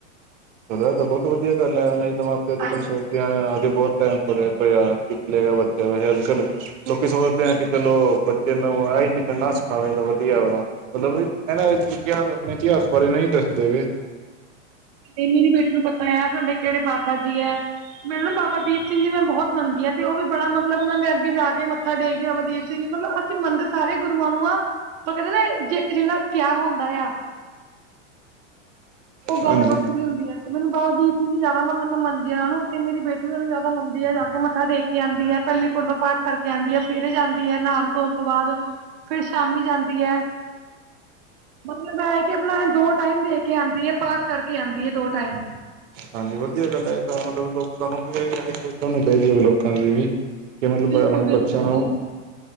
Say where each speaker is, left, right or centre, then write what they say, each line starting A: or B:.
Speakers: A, on the right; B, on the right.
A: ਚਲੋ ਇਹ ਤਾਂ ਬਹੁਤ ਵਧੀਆ ਗੱਲ ਐ, ਨਹੀਂ ਤਾਂ ਆਪੇ ਅੱਜ-
B: ਹਾਂਜੀ
A: ਕੱਲ੍ਹ ਸੋਚ ਅੱਜ ਬਹੁਤ ਟਾਈਮ ਪੜਿਆ ਪਇਆ, ਸਿੱਖ ਲੇਗਾ ਬੱਚਾ ਅੱਜ- ਕੱਲ੍ਹ ਲੋਕੀ ਸੋਚਦੇ ਆ ਕਿ ਚਲੋ ਬੱਚੇ ਨੂੰ ਆਹੀ ਚੀਜ਼ਾਂ ਨਾ ਸਿਖਾਵੇ, ਤਾਂ ਵਧੀਆ ਵਾ। ਮਤਲਬ ਇ ਇਤਿਹਾਸ ਆਪਣੇ ਇਤਿਹਾਸ ਬਾਰੇ ਨਹੀਂ ਦੱਸਦੇ ਵੇ
B: ਤੇ ਮੇਰੀ ਬੇਟੀ ਨੂੰ ਪਤਾ ਏ ਸਾਡੇ ਕਿਹੜੇ ਬਾਬਾ ਜੀ ਐ ਮੈਂ ਨਾ ਬਾਬਾ ਦੀਪ ਸਿੰਘ ਜੀ ਮੈਂ ਬਹੁਤ ਮੰਨਦੀ ਹਾਂ ਤੇ ਉਹ ਵੀ ਬੜਾ ਮਤਲਬ ਉਹਨਾਂ ਨੇ ਅੱਗੇ ਜਾ ਕੇ ਮੱਥਾ ਟੇਕਦੇ ਬਾਬਾ ਦੀਪ ਸਿੰਘ ਜ ਮਤਲਬ ਮੰਨਦੇ ਸਾਰੇ ਗੁਰੂਆਂ ਨੂੰ ਆ ਪਰ ਕਹਿੰਦੇ ਨਾ ਜੇ ਇੱਕ ਜਿਸ ਨਾਲ ਪਿਆਰ ਹੁੰਦਾ ਆ ਉਹ ਗੱਲ
A: ਹਾਂਜੀ
B: ਵੱਖਰੀ ਹੁੰਦੀ ਹੈ ਤੇ ਮੈਨੂੰ ਬਾਬਾ ਦੀਪ ਸਿੰਘ ਜ਼ਿਆਦਾ ਮਤਲਬ ਮ ਮੰਨਦੀ ਊਨਾ ਨੂੰ ਤੇ ਮੇਰੀ ਬੇਟੀ ਓ ਨੂੰ ਜਿਆਦਾ ਮੰਨਦੀ ਆ ਜਾ ਕੇ ਮੱਥਾ ਟੇਕ ਆਉਂਦੀ ਹੈ ਪਹਿਲੀ ਪੌੜੀ ਦਾ ਪਾਠ ਕਰਕੇ ਆਉਂਦੀ ਹੈ ਫੇਿਰ ਜਾਂਦੀ ਹੈ ਨਹਾਣ ਧੋਣ ਤੋਂ ਬਾਅਦ ਫਰ ਸ਼ਾਮੀ ਜਾਂਦੀ ਐ ਮਤਲਬ ਐ ਏ ਕਿ ਆਪਣਾ ਦੋ ਟਾਈਮ ਦੇ ਕੇ ਆਂਦੀ ਹੈ। ਪਾਠ ਕਰਕੇ ਆਉਂਦੀ ਏ ਦੋ ਟਾਈਮ।
A: ਹਾਂਜੀ ਵਧੀਆ ਗੱਲ ਹੈ ਇਹ ਤਾਂ ਮਤਲਬ ਲੋਕਾਂ ਨੂੰ ਵੀ ਇਹ ਆਹੀ ਸੋਚ ਹੋਣੀ ਚਾਹੀਦੀ ਹੈ ਵੀ ਲੋਕਾਂ ਦੀ ਵੀ ਕਿ ਮਤਲਬ
B: ਬਿਲਕੁਲ
A: ਆਪਣੇ
B: ਬਿਲਕੁਲ
A: ਬੱਚਿਆਂ ਨੂੰ
B: ਜੀ